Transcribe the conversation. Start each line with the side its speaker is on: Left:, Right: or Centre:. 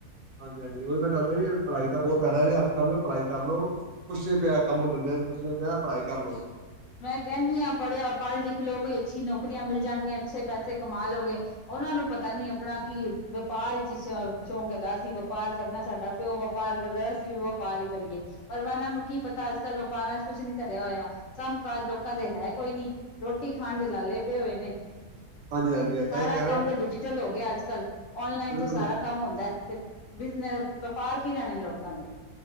Right: ਹਾਂਜੀ ਹਾਂਜੀ ਉਹੀ ਮੈਂ ਦੱਸਿਆ ਜੀ ਪੜ੍ਹਾਈ ਤਾਂ ਬਹੁਤ ਫੈਦਾ ਹੈ ਅੱਜ ਕੱਲ ਪੜ੍ਹਾਈ ਕਰ ਲਉ ਕੁੱਛ ਨ ਪਿਆ ਕੰਮ ਦੰਦਿਆਂ ਕੁਛ ਨੀ ਪਿਆ ਪੜ੍ਹਾਈ ਕਰ ਲੋ
Left: ਮੈਂ ਕਹਿੰਦੀ ਹਾਂ ਪੜ੍ਹਿਆ ਪੜ੍ਹ ਲਿਖ ਲੋ ਕੋਈ ਅੱਛੀ ਨੌਕਰੀਆਂ ਮਿਲ ਜਾਣਗੀਆਂ ਅੱਛੇ ਪੈਸੇ ਕਮਾ ਲਓਗੇ ਉਹਨਾਂ ਨੂੰ ਪਤਾ ਨੀ ਆਪਣਾ ਕੀ ਵਪਾਰ ਚ ਸ਼ ਸ਼ੌਕ ਹੈਗਾ ਅਸੀਂ ਵਪਾਰ ਕਰਨਾ ਸਾਡਾ ਪਿਓ ਵਪਾਰ ਕਰਦੈ ਅਸੀਂ ਵੀ ਵਪਾਰ ਹੀ ਕਰੀਏ ਪਰ ਉਹਨਾਂ ਨੂੰ ਕੀ ਪਤਾ ਅੱਜ ਕੱਲ੍ਹ ਵਪਾਰਾਂ ਚ ਕੁਛ ਨੀ ਧਰਿਆ ਹੋਇਆ ਕੰਮ ਕਾਜ ਲੋਕਾਂ ਤੇ ਹੈ ਕੋਈ ਨੀ ਰੋਟੀ ਖਾਣ ਦੇ ਲਾਲੇ ਪਏ ਹੋਏ ਨੇ
Right: ਹਾਂਜੀ ਹਾਂਜੀ ਏਦਾਂ
Left: ਸਾਰਾ
Right: ਹੀ ਕਹਿ ਰਿਹਾ
Left: ਕੰਮ ਤਾਂ ਡਿਜੀਟਲ ਹੋ ਅੱ ਕੱਲ ਔਨਲਾਈਨ
Right: ਬਿਲਕੁਲ
Left: ਤੋਂ ਸਾਰਾ ਕੰਮ ਹੁੰਦੈ ਤੇ ਬਿਨ ਵਪਾਰ ਕੀ ਰਹਿਣੇ ਨੇ ਲੋਕਾਂ ਦੇ